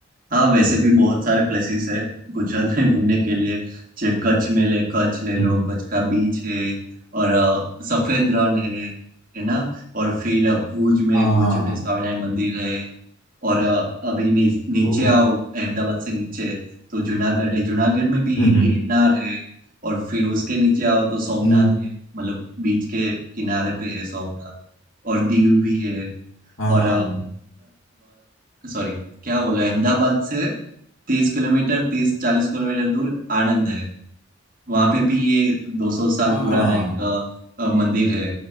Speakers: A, on the right; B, on the left.
A: हाँ वैसे भी बहुत सारे प्लेसेस है गुजरात में घूमने के लिए जैसे कच्छ में ले कच्छ ले लो
B: हम्म
A: कच्छ का बीच है और अ, सफेद रण है है ना और फिर अ, भुज में
B: हाँ
A: भुज में स्वामीनारायण मंदिर है और अ, अभी नी, नीचे
B: ओ
A: आओ अहमदाबाद से नीचे तो जूनागढ़ है जूनागढ़ में भी
B: हम्म हम्म
A: गिरनार है और फिर उसके नीचे आओ तो सोमनाथ
B: हम्म,
A: है मतलब बीच के किनारे पे है सोमनाथ और दीव भी है
B: हाँ
A: और सॉरी क्या बोला अहमदाबाद से तीस किलोमीटर तीस चालीस किलोमीटर दूर आनंद है वहां पे भी ये दो सौ साल
B: हाँ
A: पुराना एक अ, अ, मंदिर है